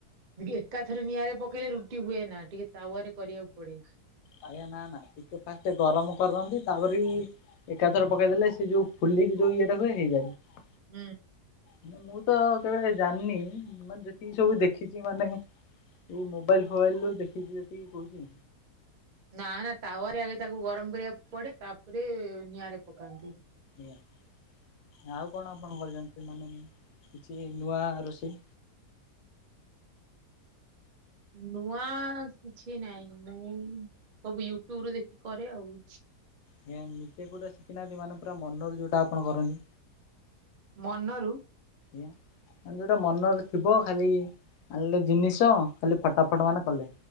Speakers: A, on the right (about 80°); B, on the left (about 75°).
A: ଏକାଥରେ ନିଆଁରେ ପ ପକେଇିଲେ ରୁଟି ହୁଏ ନା ଟିକେ ତାୱରେ କରିବାକୁ ପଡେ।
B: ଆଜ୍ଞା ନା ନା ଟିକେ ଫାଷ୍ଟ ଗରମ କରନ୍ତି ତାପରି ଏକା ତୁହରେ ପକେଇଦେଲେ ସେ ଯୋଉ ଫୁ ଲିକି ଜୋଉ ଇଏ ଟା ହୁଏ ହେଇଯାଏ।
A: ହୁଁ।
B: ମାନେ ମୁଁ ତ କେବେ ଜାଣିନି ମାନେ ଯେତିକି ସବୁ ଦେଖିଛି ମାନେ। ଏଇ ମୋବାଇଲ ଫୋବାଇଲ ରୁ ଦେଖିଛି ଯେତିକି କହୁଛି।
A: ନା ନା ତାୱା ରେ ଆଗେ ତାକୁ ଗରମ କରିବାକୁ ପଡେ ତାପରେ ନିଆଁରେ ପକାନ୍ତି।
B: ଆଜ୍ଞା ଆଉ କଣ ଆପଣ କରି ଜାଣନ୍ତି ମାନେ। କିଛି ନୂଆ ରୋଷେଇ।
A: ନୂଆ କିଛି ନାଇଁ ମୁଁ ସବୁ ୟୁଟ୍ୟୁବ ରୁ ଦେଖି କରେ। ପଡେ ଆଉ।
B: ଜ୍ଞା ନିଜେ କୋଉଟା ଶିଖିନାହାନ୍ତି ମାନେ ପୁରା ମନରୁ ଯୋଉଟା ଆପଣ କରନ୍ତି।
A: ମନରୁ।
B: ଆଜ୍ଞା ଯୋଉଟା ମନରେ ଥିବ ଖାଲି ଆଣି ଲେ ଜିନିଷ। ଖାଲି ଫଟାଫଟ ମାନେ କଲେ